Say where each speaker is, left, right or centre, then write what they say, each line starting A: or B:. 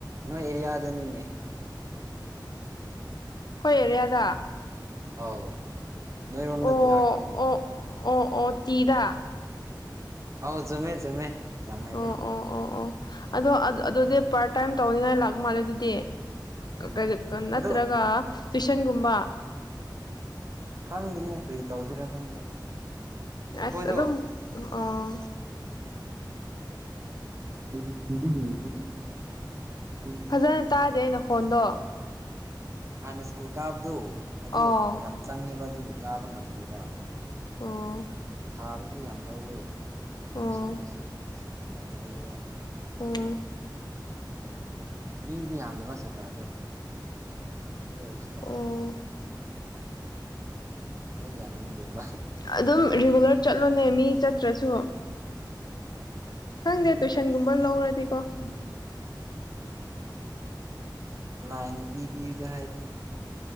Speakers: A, on the right; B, on the left.
A: ꯅꯣꯏ ꯑꯦꯔꯤꯌꯥꯗꯅꯤꯅꯦ
B: ꯑꯩꯈꯣꯏ ꯑꯦꯔꯤꯌꯥꯗ
A: ꯑꯧ ꯅꯣꯏ ꯔꯣꯝꯗ
B: ꯑꯣ
A: ꯂꯥꯛꯀꯥꯅꯤꯅꯦ
B: ꯑꯣ ꯑꯣ ꯑꯣ ꯇꯤꯗ
A: ꯑꯧ ꯆꯨꯝꯃꯦ ꯆꯨꯝꯃꯦ ꯌꯥꯃ ꯍꯩꯔꯦ
B: ꯑꯣ ꯑꯣ ꯑꯣ ꯑꯣ ꯑꯗꯣ
A: ꯑꯗꯨꯗ
B: ꯑꯗꯨꯗꯤ ꯄꯥꯔꯠ ꯇꯥꯏꯝ ꯇꯧꯅꯤꯡꯉꯥꯏ ꯂꯥꯛ ꯃꯥꯜꯂꯦ ꯑꯗꯨꯗꯤ ꯀ
A: ꯎꯝ
B: ꯀꯩꯒ ꯀ ꯅꯠꯇ꯭ꯔꯒ
A: ꯑꯗꯣ
B: ꯇ꯭ꯨꯋꯏꯁꯟ ꯒꯨꯝꯕ
A: <inaudible> ꯈꯪꯗꯦꯅꯦ ꯀ꯭ꯔꯤ ꯇꯧꯁꯤꯔ ꯈꯪꯗꯦ ꯑꯩꯈꯣꯏꯗꯣ
B: ꯑꯁ ꯑꯗꯨꯝ ꯑꯣ
A: <inaudible>
B: ꯐꯖꯅ ꯇꯥꯗꯦ ꯅꯈꯣꯟꯗꯣ
A: ꯍꯥꯟꯅ ꯁ꯭ꯀꯨꯜ ꯀꯥꯕꯗꯨ ꯑꯗꯨ
B: ꯑꯥꯎ
A: ꯌꯥꯝ ꯆꯪꯉꯦꯕ ꯑꯗꯨꯒꯤ ꯀꯥꯕ ꯉꯝꯗ꯭ꯔꯦꯕ
B: ꯑꯣ
A: ꯊꯥꯗꯁꯨ ꯌꯥꯝ ꯂꯧꯋꯦ ꯑꯦꯠꯃꯤꯁꯟꯒꯤꯁꯨ
B: ꯑꯣ
A: ꯑꯁ ꯌꯥꯝ ꯂꯧꯑꯦꯕ
B: ꯎꯝ
A: ꯃꯤꯗꯤ ꯌꯥꯝꯗꯕ ꯁꯇ꯭ꯔꯥꯗꯣ ꯑꯗꯨ ꯑꯣꯏꯔꯁꯨ ꯌꯥꯝ
B: ꯑꯣ
A: ꯂꯧꯃꯜꯂꯦꯕ ꯑꯩ ꯌꯥꯅꯤꯡꯗꯦꯕ
B: ꯑꯗꯨꯝ ꯔꯤꯒꯨꯂꯔ ꯆꯠꯂꯣꯅꯦ ꯃꯤ ꯆꯠꯇ꯭ꯔꯁꯨ ꯈꯪꯗꯦ
A: ꯈꯪꯗꯦꯗ
B: ꯇꯨꯏꯁꯟꯒꯨꯝꯕ ꯂꯧꯔꯗꯤꯀꯣ
A: ꯎꯝ ꯂꯥꯏꯅ ꯄꯤ ꯄꯤꯕꯗꯨ ꯍꯥꯏꯗꯨꯅꯤ